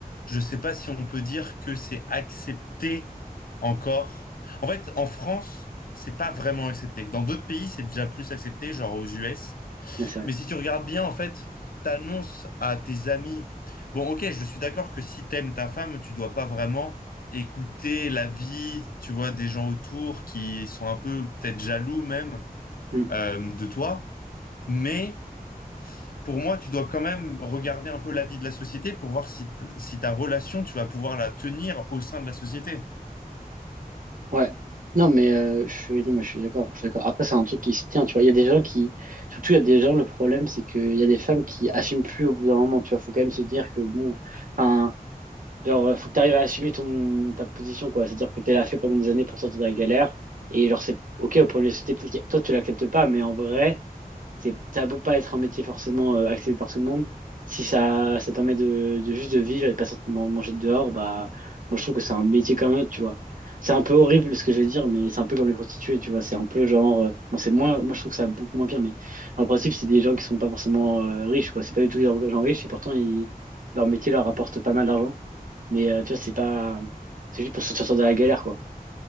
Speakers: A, on the left (about 70°); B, on the right (about 60°).
A: je ne sais pas si on peut dire que c'est accepté encore. En fait, en France, c'est pas vraiment accepté. Dans d'autres pays, c'est déjà plus accepté, genre aux US.
B: Mais c'est vrai.
A: Mais si tu regardes bien, en fait, t'annonces à tes amis. Bon, ok, je suis d'accord que si t'aimes ta femme, tu dois pas vraiment écouter la vie, tu vois, des gens autour qui sont un peu peut-être jaloux même
B: Mm.
A: euh, de toi. Mais pour moi, tu dois quand même regarder un peu la vie de la société pour voir si, t- si ta relation, tu vas pouvoir la tenir au sein de la société.
B: Ouais. Non, mais euh, je suis, non, mais je suis d'accord, je suis d'accord. Après, c'est un truc qui se tient, tu vois. Il y a des gens qui, surtout, il y a des gens, le problème, c'est qu'il y a des femmes qui assument plus au bout d'un moment, tu vois. Faut quand même se dire que, bon, enfin, Genre, euh, faut que tu arrives à assumer ton, ta position, quoi. C'est-à-dire que tu l'as fait pendant des années pour sortir de la galère. Et genre, c'est OK, au point de société, peut-être que toi, tu l'acceptes pas, mais en vrai, c'est, t'as beau pas être un métier forcément euh, accepté par tout le monde. Si ça, ça te permet de, de juste de vivre et de pas sortir man- manger dehors, bah, moi, je trouve que c'est un métier comme un autre, tu vois. C'est un peu horrible ce que je vais dire, mais c'est un peu comme les prostituées, tu vois. C'est un peu genre, euh, bon, c'est moins, moi, je trouve que ça a beaucoup moins pire, mais dans le principe, c'est des gens qui sont pas forcément euh, riches, quoi. C'est pas du tout des gens riches et pourtant, ils, leur métier leur rapporte pas mal d'argent. Mais euh, tu vois, c'est pas. C'est juste pour se sortir de la galère, quoi.